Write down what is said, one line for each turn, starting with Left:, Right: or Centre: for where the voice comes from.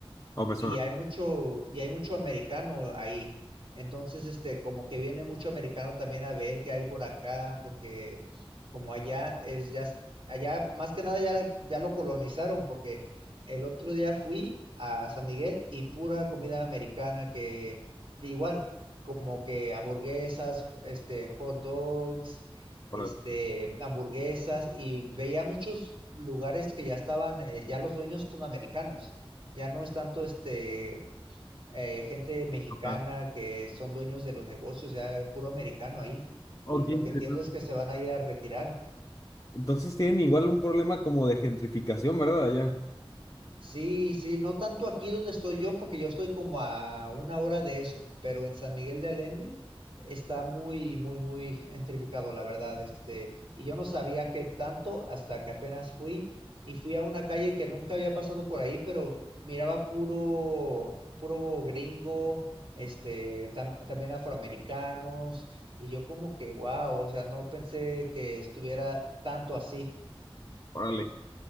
Left: Oh, me suena.
Right: y hay mucho, y hay mucho americano ahí. Entonces, este, como que viene mucho americano también a ver qué hay por acá, porque como allá es ya, es- allá más que nada ya, la- ya lo colonizaron, porque el otro día fui a San Miguel y pura comida americana que, que igual, como que hamburguesas, este, hot dogs,
Left: Órale,
Right: este, hamburguesas, y veía muchos lugares que ya estaban, eh, ya los dueños son americanos. Ya no es tanto este eh, gente mexicana
Left: ok.
Right: que son dueños de los negocios, ya puro americano ahí. Y
Left: Oh,
Right: lo
Left: qué interesante.
Right: que entiendo es que se van a ir a retirar.
Left: Entonces tienen igual un problema como de gentrificación, ¿verdad? Allá.
Right: Sí, sí, no tanto aquí donde estoy yo, porque yo estoy como a una hora de eso, pero en San Miguel de Allende está muy, muy, muy gentrificado, la verdad, este, y yo no sabía qué tanto hasta que apenas fui y fui a una calle que nunca había pasado por ahí, pero miraba puro, puro gringo, este, tam- también afroamericanos, y yo como que, wow, o sea, no pensé que estuviera tanto así,
Left: Órale,